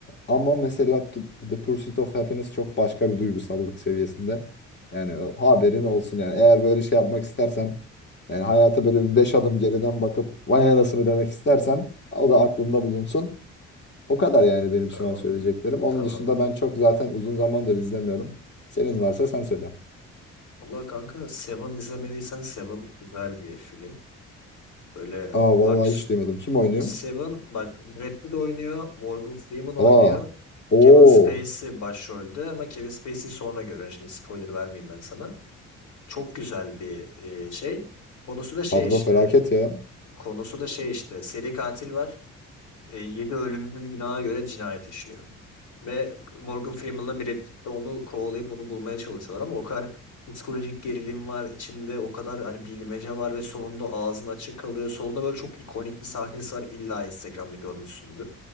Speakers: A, on the left; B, on the left.
A: ama mesela The The Pursuit of Happiness çok başka bir duygusallık seviyesinde. Yani o haberin olsun yani. Eğer böyle şey yapmak istersen yani hayata böyle bir beş adım geriden bakıp vay anasını demek istersen o da aklında bulunsun. O kadar yani benim
B: Tamam.
A: şu an söyleyeceklerim. Onun
B: Tamam.
A: dışında ben çok zaten uzun zamandır izlemiyorum. Senin varsa sen söyle.
B: Valla kanka Seven izlemediysen Seven güzel bir film. Böyle
A: Aa
B: aks
A: vallahi hiç duymadım. Kim oynuyor?
B: Seven bak Brad Pitt oynuyor, Morgan Freeman oynuyor.
A: Aa. Oo.
B: Kevin Spacey başrolde ama Kevin Spacey'i sonra görün. Şimdi spoiler vermeyeyim ben sana. Çok güzel bir e, şey. Konusu da şey
A: Kadro
B: işte.
A: felaket ya.
B: Konusu da şey işte. Seri katil var. E, 7 ölümcül günaha göre cinayet işliyor. Ve Morgan Freeman'la Brad Pitt de onu kovalayıp onu bulmaya çalışıyorlar ama o kadar psikolojik gerilim var içinde o kadar hani bilmece var ve sonunda ağzın açık kalıyor. Sonunda böyle çok ikonik bir sahnesi var illa Instagram'da görmüşsündür.